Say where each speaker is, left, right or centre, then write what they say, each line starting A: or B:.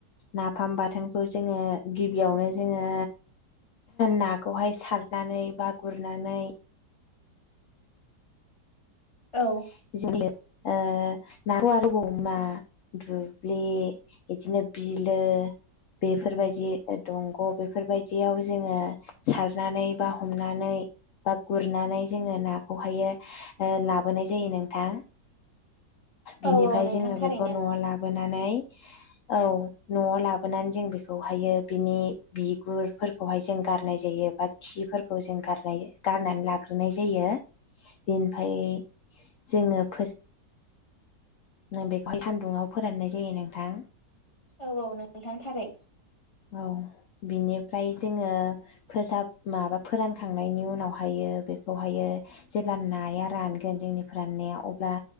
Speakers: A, on the left; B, on the left.
A: नाफाम बाथोनखौ जोङो गिबियावनो जोङो नाखौहाय सारनानै बा गुरनानै <unintelligible>
B: औ
A: ओ नाखौ आरो <unintelligible> मा दुब्लि बिदिनो बिलो बेफोरबायदि दंग बेफोरबायदियाव जोङो सारनानै बा हमनानै बा गुरनानै जोङो नाखौहायो ला बोनाय जायो नोंथां बिनिफ्राय
B: औ औ नोंथां
A: जोङो
B: थारैनो
A: बेखौ नआव लाबोनानै औ नआव लाबोनानै जों बेखौहायो बिनि बिगुरफोरखौहाय जों गारनाय जायो बा खिफोरखौ जों गारनाय गारनानै लाग्रोनाय जायो बेनिफ्राय जोङो फोस नो बेखौहाय सान्दुंङाव फोराननाय जायो नोंथां
B: औ औ नोंथां थारै
A: औ बिनिफ्राय जोङो फोसाब माबा फोरानखांनायनि उनावहायो बेखौहायो जेब्ला नाया रानगोन जोंनि फोराननाया अब्ला